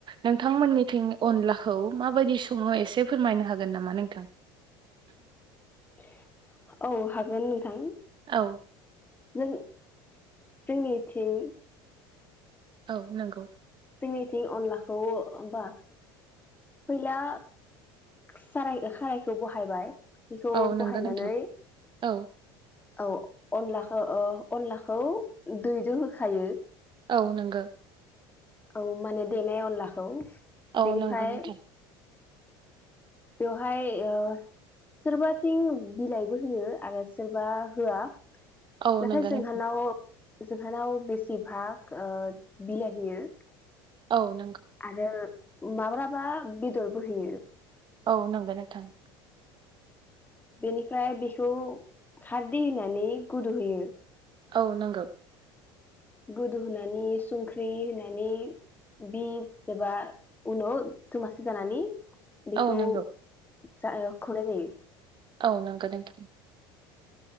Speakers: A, on the right; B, on the left.
A: नोंथांमोननिथिं अनलाखौ माबायदि सङो एसे फोरमायनो हागोन नामा नोंथां?
B: <inaudible> औ हागोन नोंथां
A: औ
B: नों जोंनिथिं
A: औ नंगौ
B: जोंनिथिं अनलाखौ ओ बा फैला साराय खारायखौ बहायबाय बेखौ
A: औ
B: बहायनानै
A: नंगौ नोंथां औ
B: औ अनलाखौ ओ अनलाखौ दैजों होखायो।
A: औ नोंगो।
B: औ माने देनाय अनलाखौ
A: औ
B: बेनिफ्राय
A: नोंगो बिथां।
B: बेवहाय ओ सोरबाथिं बिलाइबो होयो आरो सोरबा होआ
A: औ
B: नाथाय
A: नंगौ
B: जोंहानाव
A: नोंथां
B: जोंहानाव बेसे भाग ओ बिलाइ होयो
A: औ नंगौ
B: आरो माब्लाबा बेदरबो होयो।
A: औ नोंखौ नोंथां
B: बेनिफ्राय बेखौ खारदै होनानै गुदु होयो
A: औ नोंगौ
B: गोदौ होनानै संख्रि होनानै बिस एबा उनाव थोमासि जानानै बेखौ
A: औ नंगौ
B: जा खौनाय जायो
A: औ नोंगौ नोंथां